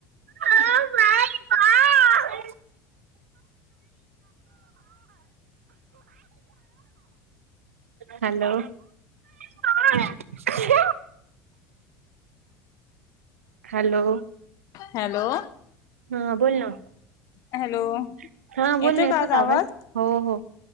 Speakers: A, on the right (about 80°); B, on the left (about 55°).
A: हो नाही का <inaudible> हॅलो <inaudible> ह <inaudible> हॅलो
B: <inaudible> हॅलो
A: <inaudible> हा बोल ना
B: <inaudible> हॅलो
A: <inaudible> हा
B: येतोय
A: बोलल येतो
B: का आज आवाज?
A: कावास हो हो